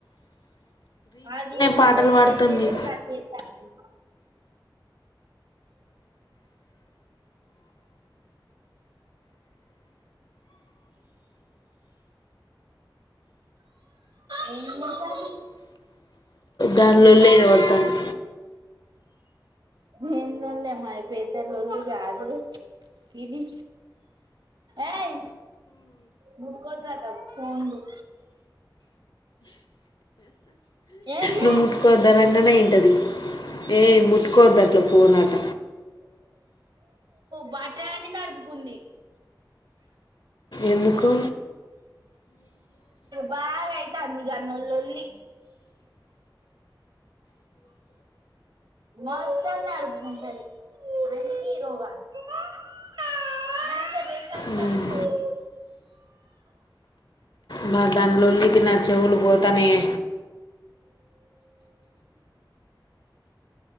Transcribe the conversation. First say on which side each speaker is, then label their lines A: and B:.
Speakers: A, on the right (about 75°); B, on the left (about 65°).
A: అది ఇబుడే
B: పాటలు పాడుతుంది
A: ఎగిరెగిరి గంతేత్తాంది ఏం జేసాంది
B: దానిలో పడుతుంది
A: ఏం లొల్లె మాయ్ పెద్ద లొల్లిగాదులే ఇది ఏయ్ ముట్కోదు అట ఫోన్లు ఏంలే
B: నువ్వు ముట్టుకోదనంగనే ఇంటది ఏయ్ ముట్ కొద్దట్ల పోనట
A: బట్టలన్నీ దడుపుకుంది
B: ఎందుకు
A: బాగయితాంది ఇగా నొలొల్లి మొత్తం దడుపు ఉంటది అన్ని రోగాలె <unintelligible>
B: మ్మ్.
A: దడుపుకుంది
B: మా దాని లొల్లికి నా చెవులు బోతానయే